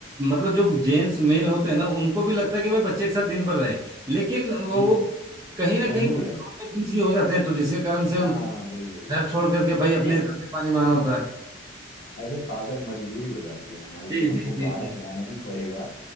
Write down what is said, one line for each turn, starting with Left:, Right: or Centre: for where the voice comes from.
Right: मतलब जो जेंट्स मेल होते हैं ना उनको भी लगता है कि भाई बच्चे के साथ दिन भर रहे लेकिन वो
Left: हम्म हम्म।
Right: कहीं ना
Left: मजबूर
Right: कहीं
Left: है
Right: बिजी हो जाते हैं तो जिसके कारण से
Left: हाँ
Right: उनको
Left: वही वही वही
Right: घर छोड़ करके भाई अपने
Left: नहीं
Right: धंधे पानी माना होता है
Left: एज ए फादर मजबूरी हो जाती है हमारी
Right: जी
Left: कि हमको
Right: जी जी
Left: बाहर
Right: जी
Left: जाना ही पड़ेगा